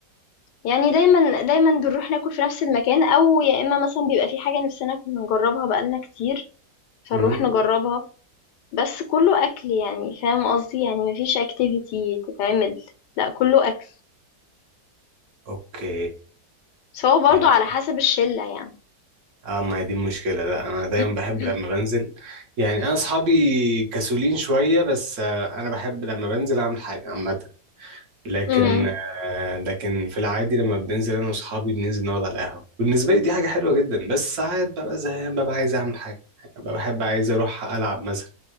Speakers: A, on the left; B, on the right.
A: يعني دايما دايما بنروح ناكل في نفس المكان أو يا إما مثلا بيبقى في حاجة نفسنا كنا نجربها بقالنا كتير فنروح
B: امم
A: نجربها بس كله أكل يعني فاهم قصدي يعني مفيش اكتيفيتي تتعمل لا كله أكل
B: اوكي
A: بس هو برضه
B: ماشي
A: على حسب الشلة يعني
B: اه ما هي دي المشكلة لا انا دايما
A: <laughs>
B: بحب لما بنزل يعني انا اصحابي كسولين شوية بس آه، انا بحب لما بنزل اعمل حاجة عامة لكن
A: مم.
B: آه، لكن في العادي لما بننزل انا واصحابي بننزل نقعد على القهوة بالنسبة لي دي حاجة حلوة جدا بس ساعات ببقى زهقان ببقى عايز اعمل حاجة ببقى بحب عايز اروح العب مثلا